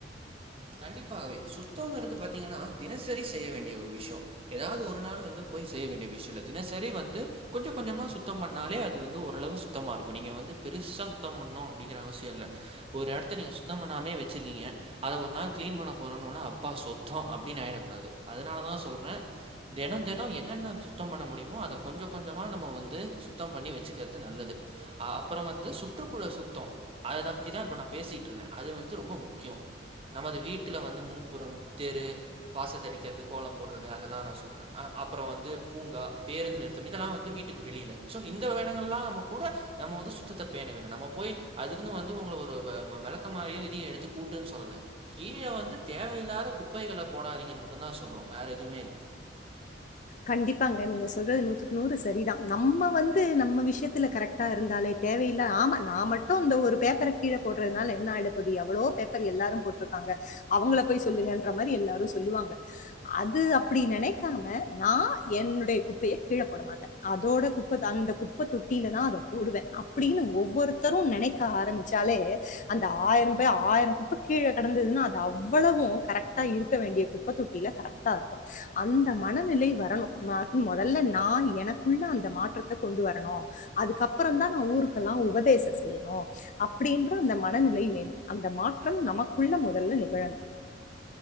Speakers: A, on the right (about 30°); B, on the left (about 40°).
A: கண்டிப்பாவே சுத்தம்ங்கிறது பாத்தீங்கன்னா தினசரி செய்ய வேண்டிய ஒரு விஷயம் ஏதாவது ஒரு நாள் வந்து போய் செய்ய வேண்டிய விஷயம் இல்ல தினசரி வந்து கொஞ்சம் கொஞ்சமா சுத்தம் பண்ணாலே அது வந்து ஓரளவு சுத்தமா இருக்கும் நீங்க வந்து பெருசா சுத்தம் பண்ணனும் அப்படிங்கற அவசியம் இல்ல ஒரு இடத்தை நீங்க சுத்தம் பண்ணாமலே வச்சிருக்கீங்க அத ஒரு நாள் கிளீன் பண்ண போறோன்னுடனா அப்பா சுத்தம் அப்டின்னு ஆகிடக் கூடாது அதனாலதான் சொல்றேன் தினம் தினம் என்னென்ன சுத்தம் பண்ண முடியுமோ அதை கொஞ்சம் கொஞ்சமா நம்ம வந்து சுத்தம் பண்ணி வச்சுக்கிறது நல்லது அப்புறம் வந்து சுற்றுப்புற சுத்தம் அதை பத்தி தான் இப்ப நான் பேசிட்டு இருந்தேன் அது வந்து ரொம்ப முக்கியம் நம்மது வீட்டுல வந்து முன்புறம் தெரு வாசத்தைடிக்கிறது கோலம் போடுறது அதெல்லாம் நான் சொலறேன் அப்புறம் வந்து பூங்கா பேருந்து நிறுத்தம் இதெல்லாம் வந்து வீட்டுக்கு வெளியில ஸோ இந்த வேணங்கள்லாம் நம்ம கூட நம்ம வந்து சுத்தத்தை பேண வேணும் நம்ம போய் அதுக்குன்னு வந்து உங்களை ஒரு விளக்க மாறயும் இதையும் எடுத்து கூட்டுன்னு சொல்லல கீழே வந்து தேவையில்லாத குப்பைகளை போடாதீங்கன்னு மட்டும் தான் சொல்வோம் வேற எதுவுமே இல்ல
B: கண்டிப்பாங்க நீங்க சொல்றது நூத்துக்கு நூறு சரிதான் நம்ம வந்து நம்ம விஷயத்துல கரெக்டா இருந்தாலே தேவையில்ல ஆமா நா மட்டும் இந்த ஒரு பேப்பரை கீழே போடுறதுனால என்ன ஆகிட போகுது எவ்ளோ பேப்பர் எல்லாரும் போட்டிருக்காங்க அவங்கள போய் சொல்லுங்கன்ற மாதிரி எல்லாரும் சொல்லுவாங்க அது அப்படி நினைக்காம நா என்னுடைய குப்பைய கீழ போட மாட்டேன் அதோட குப்பை அந்த குப்பை தொட்டிலதான் அதை போடுவ அப்படின்னு ஒவ்வொருத்தரும் நினைக்க ஆரம்பிச்சாலே அந்த ஆயிரம்பாய் ஆயிரம் குப்பை கீழே கிடந்ததுன்னா அது அவ்வளவும் கரெக்டா இருக்க வேண்டிய குப்பை தொட்டியில கரெக்டா இருக்கும் அந்த மனநிலை வரணும் நா முதல்ல நான் எனக்குள்ள அந்த மாற்றத்தை கொண்டு வரணும் அதுக்கப்பறம் தான் நான் ஊருக்கெல்லாம் உபதேச செய்யணும் அப்படின்ற அந்த மனநிலை வேணும் அந்த மாற்றம் நமக்குள்ள முதல்ல நிகழணும்